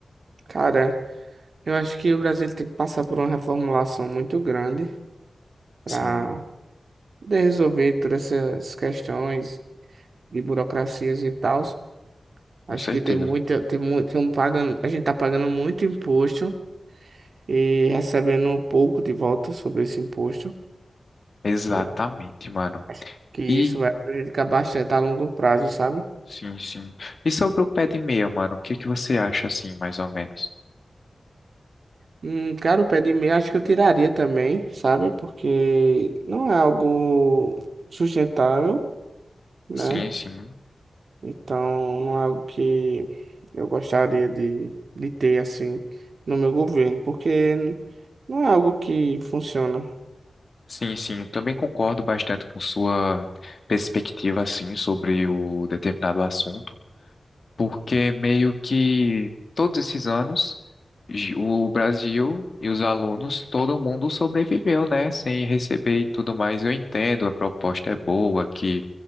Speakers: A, on the right; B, on the left.
A: Cara, eu acho que o Brasil tem que passar por uma reformulação muito grande. para
B: Sim,
A: poder resolver todas essas questões de burocracias e tal.
B: com
A: Acho
B: certeza.
A: que tem muita, tem muito, tem um pagando, a gente tá pagando muito imposto e recebendo pouco de volta sobre esse imposto.
B: Exatamente,
A: Eu
B: mano.
A: acho que isso
B: E,
A: vai prejudicar bastante a longo prazo, sabe?
B: sim, sim. E sobre o pé de meia, mano, o que que você acha assim, mais ou menos?
A: Hum, cara, o pé de meia acho que eu tiraria também, sabe? Porque não é algo sustentável, né?
B: Sim, sim.
A: Então, não é algo que eu gostaria de, de ter assim no meu governo, porque não é algo que funciona.
B: Sim, sim, eu também concordo bastante com sua perspectiva, assim, sobre o determinado assunto. porque meio que todos esses anos gi- o Brasil e os alunos, todo mundo sobreviveu, né, sem receber e tudo mais. Eu entendo, a proposta é boa, que